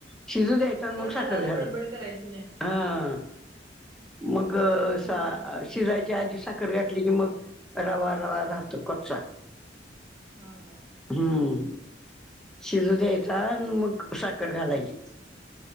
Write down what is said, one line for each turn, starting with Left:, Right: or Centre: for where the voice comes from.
Centre: शिजू द्यायचा आणि मग
Right: घालायला
Centre: साखर घालायची.
Right: गडबड करायची नाही
Centre: हा मग सा
Right: हा
Centre: अ श शिजायच्या आधी साखर घातली की, मग रवा रवा राहतो कच्चा.
Right: हा हा ह
Centre: हम्म, शिजू द्यायचा आणि मग साखर घालायची.